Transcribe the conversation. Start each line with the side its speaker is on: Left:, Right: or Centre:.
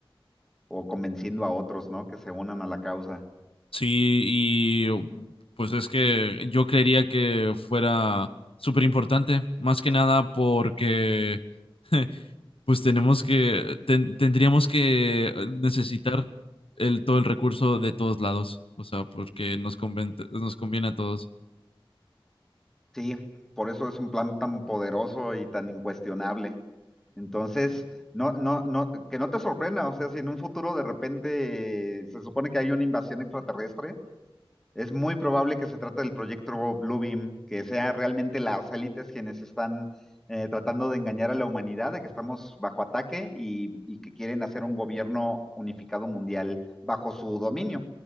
Centre: o convenciendo a otros, ¿no? Que se unan a la causa.
Left: Sí, y oh, pues es que yo creería que fuera súper importante, más que nada porque <laughs> pues tenemos que, ten- tendríamos que eh, necesitar el, todo el recurso de todos lados, o sea, porque nos conviene, nos conviene a todos.
Centre: Sí, por eso es un plan tan poderoso y tan incuestionable. Entonces, no, no, no, que no te sorprenda, o sea, si en un futuro de repente eh, se supone que hay una invasión extraterrestre, es muy probable que se trate del proyecto Bluebeam, que sea realmente las élites quienes están eh, tratando de engañar a la humanidad, de que estamos bajo ataque y, y que quieren hacer un gobierno unificado mundial bajo su dominio,